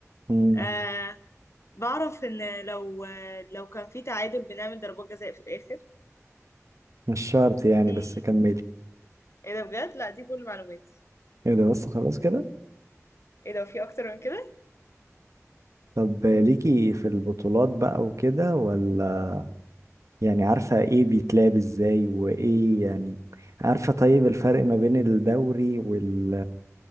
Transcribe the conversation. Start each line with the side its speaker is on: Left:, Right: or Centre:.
Right: مم،
Left: آه بعرف ان لو آه، لو كان في تعادل بنعمل ضربات جزاء في الاخر
Right: مش شرط يعني
Left: دي
Right: بس كملي
Left: ايه ده بجد لا دي كل معلوماتي
Right: ايه ده بس خلاص كده
Left: ايه ده في اكتر من كده
Right: طب ليكي في البطولات بقى وكده ولا يعني عارفه ايه بيتلعب ازاي وايه يعني عارفه طيب الفرق ما بين الدوري وال